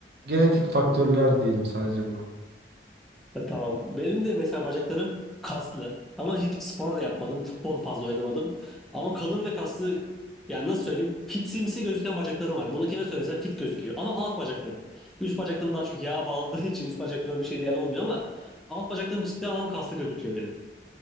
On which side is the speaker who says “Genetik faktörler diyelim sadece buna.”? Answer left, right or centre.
Right